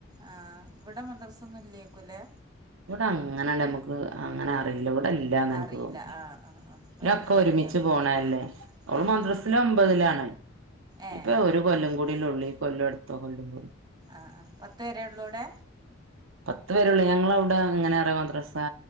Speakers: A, on the right; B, on the right.
A: ആഹ് ഇവിടെ മദ്രസൊന്നും ഇല്ലേക്കുല്ലേ
B: ഇവിടെ അങ്ങനാണ്ട് നമ്മക്ക് അങ്ങനെ അറിയില്ല വിടെ ഇല്ലാന്ന്
A: അറിയില്ല
B: എനിക്ക് തോന്നുന്നു.
A: ആഹ് ആഹ് ആഹ്
B: പിന്നൊക്കെ
A: പരിചയം
B: ഒരുമിച്ച്
A: ഇല്ലാത്തോണ്ട്
B: പോണല്ലേ ഓള്
A: ഉം
B: മദ്രസില്
A: ഉം
B: ഒമ്പതിലാണ് ഞ്ഞിപ്പൊ
A: ഏഹ്
B: ഒരു കൊല്ലം കൂടില്ലേ ഒള്ളു ഈകൊല്ലം അടുത്ത കൊല്ലം കൂടി
A: ആഹ് ആഹ് പത്ത് വരേള്ളൂ അവിടെ
B: പത്ത് വരള്ളൂ ഞങ്ങളവിടെ എങ്ങനെ അറിയൊ മദ്രസാ